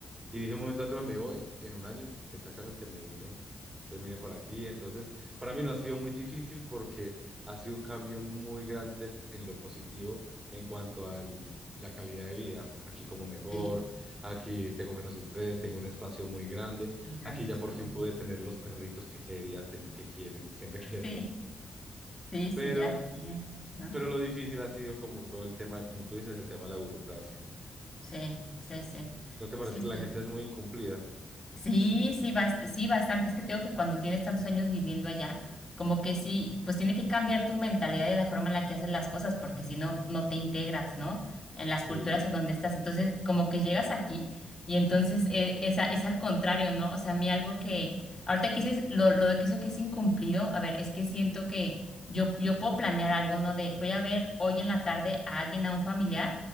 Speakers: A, on the right; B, on the left.
A: Y dije un momento a otro me voy y en un año exactamente me vine, entonces vine por aquí. Entonces, para mí no ha sido muy difícil porque ha sido un cambio muy grande en lo positivo en cuanto a la calidad de vida. Aquí como mejor,
B: Sí,
A: aquí tengo menos estrés, tengo un espacio muy grande,
B: muy grande,
A: aquí ya
B: sí.
A: por fin pude tener los perritos que quería, ten- que quiere- siempre <laughs> quería
B: Sí,
A: tener.
B: sí, sí,
A: Pero,
B: ya sé, ¿no?
A: pero lo difícil ha sido como todo el tema, como tú dices, el tema de la burocracia.
B: Sí, sí, sí.
A: ¿No te parece
B: Sí,
A: que
B: sí,
A: la gente es muy incumplida?
B: Sí, sí, bast- sí, bastante. Es que tengo que cuando tienes tantos años viviendo allá, como que sí, pues tiene que cambiar tu mentalidad y la forma en la que haces las cosas, porque si no, no te integras, ¿no? En las
A: Sí,
B: culturas en donde estás. Entonces, como que llegas aquí y entonces eh, es, a- es al contrario, ¿no? O sea, a mí algo que, ahorita que dices lo, lo de que eso que es incumplido, a ver, es que siento que yo, yo puedo planear algo, ¿no? De voy a ver hoy en la tarde a alguien, a un familiar,